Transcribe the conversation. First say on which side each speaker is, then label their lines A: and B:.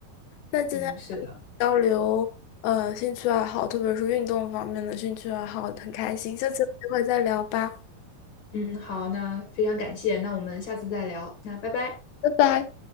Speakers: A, on the left; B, on the left.
A: 那今天
B: 嗯，是的，
A: 交流，呃，兴趣爱好，特别是运动方面的兴趣爱好，很开心。下次有机会再聊吧，
B: 嗯，好，那非常感谢，那我们下次再聊，那拜拜。
A: 拜拜。